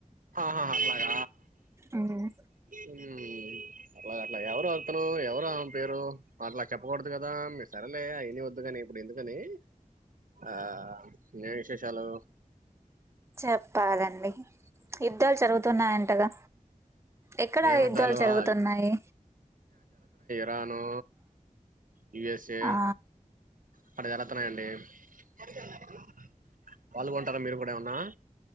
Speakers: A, on the right (about 75°); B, on the right (about 20°).
A: ఆహా, ఆహా! అట్లాగా.
B: మ్మ్
A: హ్మ్మ్, అట్లాగే, అట్లాగే ఎవరు వాళ్ల? అతను, ఎవరు ఆమె పేరు? అట్లా చెప్పకోడదు కదా? మీ సరేలే అయాన్నీ వద్దులే కానీ, ఇప్పుడు ఎందుకని. ఆ! నే, విశేషాలు?
B: చెప్పాల్లండి, ఇద్దర్ చరువుతున్నారు అంటగా? ఎక్కడ,
A: ఏం
B: ఆ
A: అద్దాలు
B: ఇద్దర్ చరువుతున్నాయి?
A: ఆ రాను యూఎస్ఏ.
B: ఆ
A: పడ జలత్నాయి అండి, <unintelligible> వాళ్లు గొం. వస్తారా? మీరు కూడా ఏమన్నా.